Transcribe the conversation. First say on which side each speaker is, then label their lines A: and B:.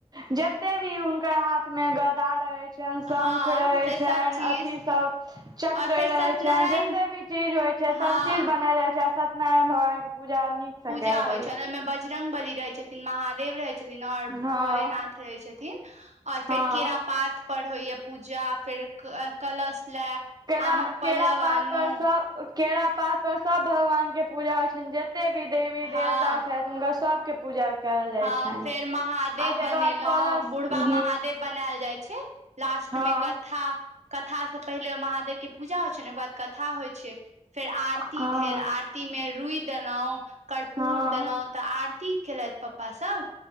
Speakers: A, on the right (about 35°); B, on the right (about 75°).
A: जते भी हुनकर हाथ मे गदा रहय छनि शंख
B: हँ
A: रहै
B: से
A: छनि
B: सब चीज
A: अथी सभ चक-
B: और
A: क्र
B: फेर
A: रहै
B: सत्यनारायण
A: छनि जतेक भी चीज होइ छै
B: हँ
A: सभचीज बनायल जाइ छै सत्यनारायण भगवानके पूजा नीक सँ
B: पूजा
A: कयल जाइया
B: होइ छनि ओहिमे बजरंग बली रहै छथिन महादेव रहै छथिन आओर
A: हँ
B: भोलेनाथ रहै छथिन आओर फेर
A: हँ
B: केरा पात पर होइए पूजा फेर कलश लए
A: केला
B: आमक
A: केरा
B: पल्लव
A: पातपर
B: आनू
A: सँ केरा पात पर सब भगवान के पूजा होय छनि जते भी देवी देवता
B: हँ
A: छथि हुनका सबके पूजा कयल जाइ
B: हँ
A: छनि
B: फेर महादेव
A: आ तकर
B: बनेलहुँ
A: बाद कलश
B: बुढ़वा
A: हूँ
B: महादेव बनायल जाइ छै लास्ट
A: हँ
B: मे कथा कथा से पहिले महादेव के पूजा होइ छनि ओकर बाद कथा होय छै फेर आरती
A: हँ
B: भेल आरती ती मे रुइ देलो कर्पूर
A: हँ
B: देलो तऽ आरती केलथि पप्पा सब